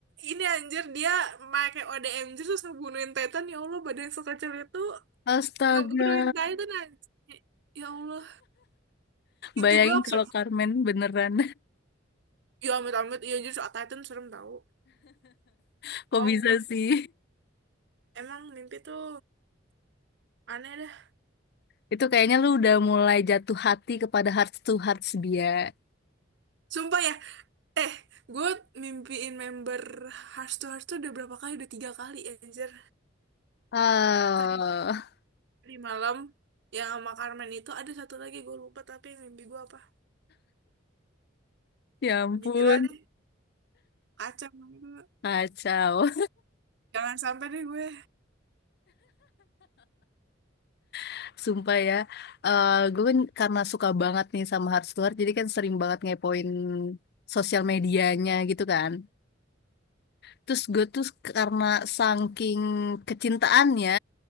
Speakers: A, on the right (about 65°); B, on the left (about 55°).
A: ini anjir dia pakai ODMG terus ngebunuhin Titan. Ya Allah, badan sekecil itu
B: Astaga,
A: ngebunuhin Titan anjir. Ya Allah, mimpi
B: bayangin
A: gue absurd.
B: kalau Carmen beneran,
A: Ya amit-amit, iya anjir, soal Titan serem tau.
B: <laughs> kok
A: Oh,
B: bisa
A: gue
B: sih?
A: emang mimpi tuh aneh dah.
B: <laughs> Itu kayaknya lu udah mulai jatuh hati kepada hearts to hearts dia.
A: Sumpah ya, Eh, gue mimpiin member Hearts to Hearts tuh udah berapa kali? Udah tiga kali, anjir.
B: Ah,
A: Tadi di malam yang sama Carmen itu ada satu lagi gue lupa tapi mimpi gue apa?
B: ya ampun,
A: Gila deh, kacau banget.
B: kacau.
A: Jangan sampai deh gue.
B: <laughs> Sumpah ya, Eh gue kan karena suka banget nih sama hearts to hearts, jadi kan sering banget ngepoin sosial medianya gitu kan. Terus gue tuh karena saking kecintaannya,